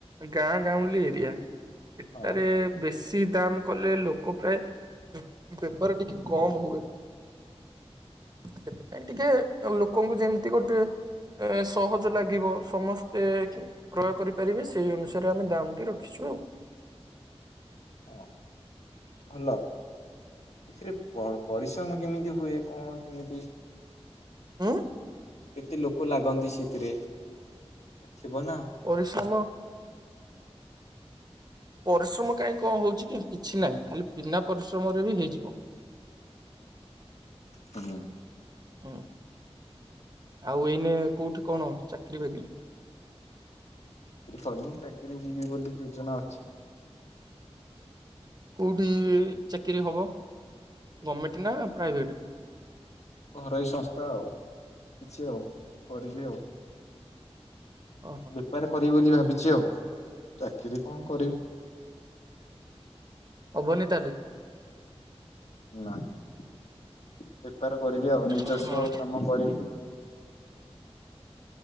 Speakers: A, on the right; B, on the left.
A: ଗାଁ ଗାଉଁଲି ଏରିଆ। ଏଠାରେ
B: ହଁ
A: ବେଶୀ ଦାମ କଲେ ଲୋକ ପ୍ରାୟ ବେପାର ଟିକେ କମ ହୁଏ। ସେଥିପାଇଁ ଟିକେ ଲୋକଙ୍କୁ ଯେମିତି ଗୋଟେ ଏ ସହଜ ଲାଗିବ। ସମସ୍ତେ କ୍ରୟ କରିପାରିବେ ସେଇ ଅନୁସାରେ ଆମେ ଦାମ ଟି ରଖିଛୁ ଆଉ।
B: ହଁ ଭଲ। ଏଥିରେ ପ ପରିଶ୍ରମ କେମିତି ହୁଏ କଣ?
A: ଆଁ
B: କେତେ ଲୋକ ଲାଗନ୍ତି ସେଥିରେ ଥିବ ନା?
A: ପରିଶ୍ରମ ପରିଶ୍ରମ କାହିଁ କଣ ହଉଛି କି କିଛି ନାହିଁ ଖାଲି ବିନା ପରିଶ୍ରମରେ ବି ହେଇଯିବ।
B: ହୁ <unintelligible>
A: ହୁଁ ଆଉ ଏଇନେ କୋଉଠି କଣ ଚାକିରି ବାକିରି।
B: କରିନି ଚାକିରି ଯିବି ବୋଲି ଯୋଜନା ଅଛି।
A: କେଉଁଠି ଚାକିରି ହେବ? ଗଭର୍ଣ୍ଣମେଣ୍ଟ ନା ପ୍ରାଇଭେଟ୍।
B: ଘରୋଇ ସଂସ୍ଥା ଆଉ, କିଛି ଆଉ କରିବି ଆଉ।
A: ଓହୋ।
B: ବେପାର କରିବି ବୋଲି ଭାବିଛି ଆଉ। ଚାକିରି କଣ କରିବି।
A: ହବନି ତାହେଲେ।
B: ନା ବେପାର କରିବି। ଆଉ ନିଜସ୍ୱ
A: ଓହୋ
B: କାମ କରିବି।